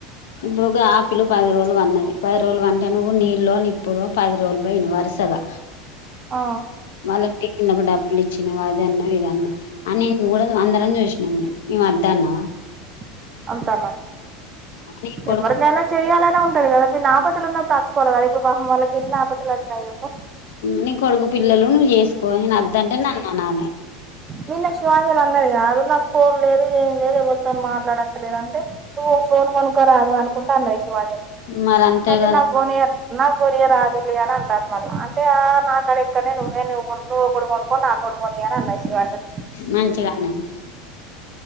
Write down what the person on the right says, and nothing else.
ఆ
<unintelligible>
ఎవరికైనా చెయ్యాలనే ఉంటది కదా న్ని ఆపతులున్న పడుచుకోాలి కదదు ఇప్పు పాపం వాళ్ళకి ఎన్ని ఆపతు వచ్చినయి చెప్పు
నిన్న శివాజీలు అన్నది కాదు నాకు ఫోన్ లేదు ఏం లేదు ఎవరితోన్ మాట్లాడత్తలేదంటే నువ్వు ఫోన్ కొనుక్కోరాదు అనుకుంట అన్నది.
అంటే
నాక్ కొనియద్దు. నాక్ కొరియ రాదులె అని అంటారు మళ్ళా అంటే నాక్కడ ఇక్కడనే నువ్వే నువ్వు నువ్వు కొనుక్కో కొనుక్కని ఇంకోట్ కొని అని అన్నది. శివాంజలి